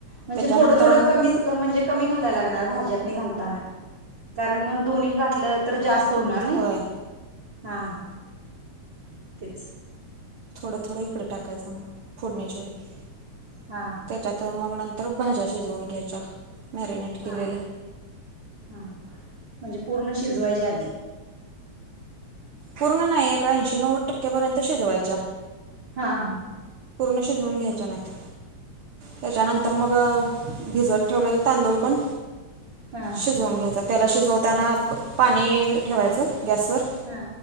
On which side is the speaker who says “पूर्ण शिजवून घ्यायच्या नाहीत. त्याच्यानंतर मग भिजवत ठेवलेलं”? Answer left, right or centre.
Right